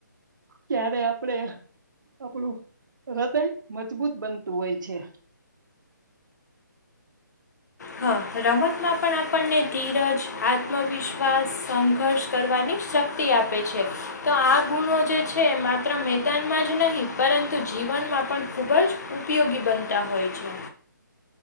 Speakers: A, on the right; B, on the left.
A: ક્યારે આપડે આપણું હૃદય મજબૂત બનતું હોય છે.
B: હા રમતમાં પણ આપણને ધીરજ, આત્મવિશ્વાસ સંઘર્ષ કરવાની શક્ શકતિ આપે છે. તો આ ગુણો જે છે એ માત્ર મેદાનમાં જ નહીં પરંતુ જીવનમાં પણ ખૂબ જ ઉપયોગી બનતા હોય છે.